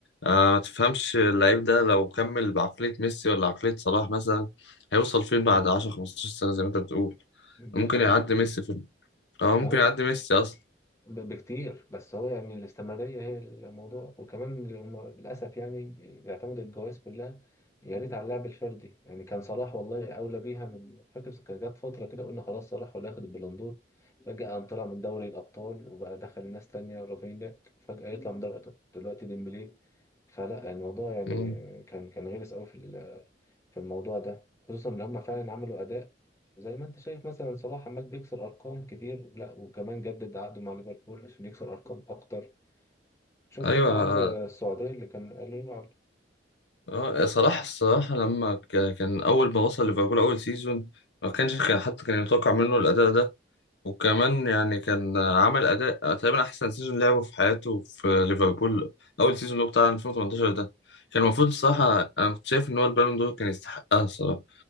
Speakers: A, on the left; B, on the left.
A: آه ما تفهمش اللعيب ده لو كمل بعقلية ميسي ولا عقلية صلاح مثلا هيوصل فين بعد 10 15 سنة زي ما أنت بتقول
B: دي
A: ممكن
B: حقيقه
A: يعدي ميسي في اه
B: اه
A: ممكن يعدي ميسي أصلا
B: ب- بكتير بس هو يعني الاستمرارية هي الموضوع وكمان هم للأسف يعني بيعتمدوا الجوائز كلها يا ريت على اللعب الفردي يعني كان صلاح والله أولى بيها من فاكر كان جت فترة كده قلنا خلاص صلاح ولا ياخد البالون دور فجأة قام طلع من دوري الأبطال وبقى دخل ناس تانية رافينيا فجأة يطلع من دوري الأبطال دلوقتي ديمبلي فلا الموضوع يعني
A: مم.
B: كان كان غلس أوي في ال- في الموضوع ده خصوصا إن هم فعلا عملوا أداء زي ما انت شايف مثلا صلاح عمال بيكسر ارقام كتير لا وكمان جدد عقده مع ليفربول عشان يكسر ارقام اكتر شفت
A: أيوه
B: انت عرض السعودية اللي كان قالوا له عرض
A: اه صلاح الصراحة لما ك- كان أول ما وصل ليفربول أول سيزون ما كانش كان حتى كان يتوقع منه الأداء ده وكمان يعني كان عمل أداء تقريبا أحسن سيزون لعبه في حياته في ليفربول أول سيزون اللي هو بتاع 2018 ده كان المفروض الصراحة أنا كنت شايف إن هو البالون دور كان يستحقها الصراحة